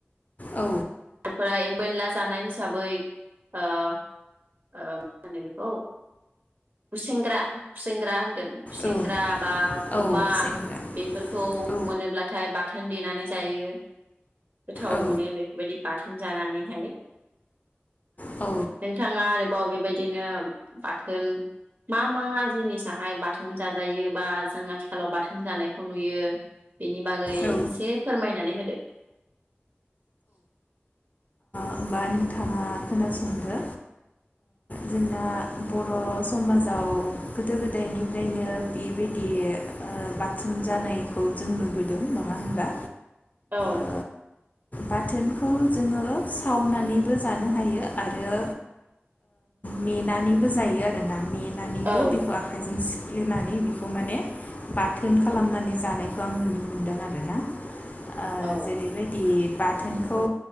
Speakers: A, on the left; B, on the right.
A: औ
B: <unintelligible> जानाय हिसाबै मा ओ ओ होनो बेखौ गुसेंग्रा गुसेंग्रा होनगोन गुसेंग्रा
A: औ
B: बा गुमा
A: औ जेंग्रा
B: बेफोर खौ
A: औ
B: मोनोब्लाथाय बाथोन देनानै जायो गोथाव
A: औ
B: मोनो बेफोरबायदि बाथो जानानैहाय
A: औ
B: नोंथाङा आरो बावबे बेबायदिनो बाथोन मा मा जिनिसहाय बाथोन जाजायो बा जों आथिखालाव बाथोन जानायखौ नुयो बेनि बागै
A: आ
B: एसे फोरमायनानै होदो
A: होमबा नोंथाङा खोनासंदो जोंना बर' समाजाव गोदो गोदायनिफ्रायनो बेबायदि बाथुम जानायखौ जों नुबोदों नङा होनबा
B: औ
A: ओ बाथोनखौ जोङो सावनानैबो जानो हायो आरो मेनानैबो जायो आरोना उनानैबो
B: औ
A: बेखौ आखाइजों सि खफ्ललिनानै बेखौ माने बाथोन खालामनानै जानायखौ आं नुनो मोनदों आरोना ओ
B: औ
A: जेरैबायदि बाथोनखौ